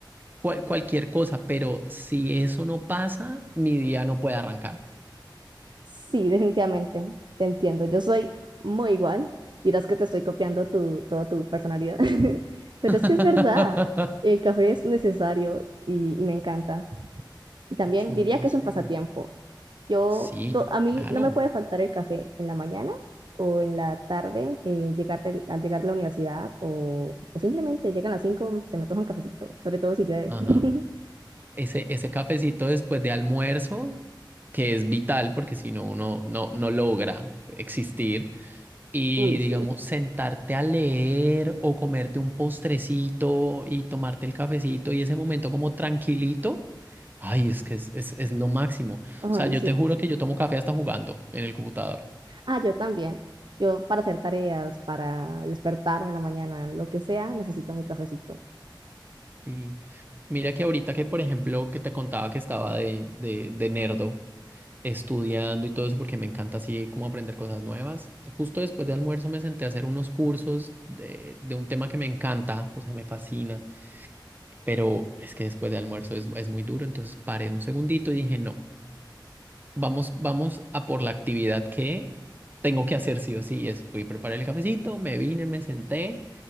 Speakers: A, on the right; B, on the right.
A: cual- cualquier cosa, pero si eso no pasa, mi día no puede arrancar.
B: Sí, definitivamente, te entiendo. Yo soy muy igual. Dirás que te estoy copiando tu, toda tu personalidad, <laughs> pero
A: <laughs>
B: es que es verdad. El café es necesario y, y me encanta. Y también
A: Yo
B: diría
A: no
B: que
A: sé.
B: es un pasatiempo. Yo,
A: Sí,
B: to- a mí
A: claro.
B: no me puede faltar el café en la mañana o en la tarde, eh, llegar del- al llegar de la universidad o, o simplemente llegan a las 5 se me antoja un cafecito, sobre todo si llueve.
A: Ajá.
B: <laughs>
A: Ese, ese cafecito después de almuerzo, que es vital porque si no, uno no, no logra existir. Y
B: Uy,
A: digamos,
B: sí.
A: sentarte a leer o comerte un postrecito y tomarte el cafecito y ese momento como tranquilito. Ay, es que es, es, es lo máximo. O
B: Ay,
A: sea, yo
B: sí.
A: te juro que yo tomo café hasta jugando en el computador.
B: Ah, yo también. Yo para hacer tareas, para despertarme en la mañana, lo que sea, necesito mi cafecito.
A: Sí. Mira que ahorita que, por ejemplo, que te contaba que estaba de, de, de nerdo estudiando y todo eso, porque me encanta así como aprender cosas nuevas. Justo después de almuerzo me senté a hacer unos cursos de, de un tema que me encanta, o sea, me fascina, pero es que después de almuerzo es, es muy duro, entonces paré un segundito y dije, no, vamos, vamos a por la actividad que tengo que hacer sí o sí. Y es, fui a preparar el cafecito, me vine, me senté.